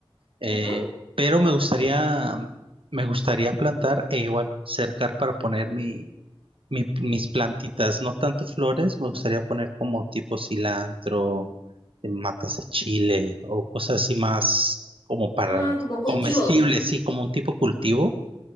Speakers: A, on the right (about 70°); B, on the left (about 50°).
A: eh,
B: Ajá.
A: pero me gustaría, me gustaría plantar e igual cercar para poner mi, Mi- mis plantitas, no tanto flores, me gustaría poner como tipo cilantro, eh, matas de chile o cosas así más como para
B: Ah, como cultivo.
A: comestibles, sí, como un tipo cultivo.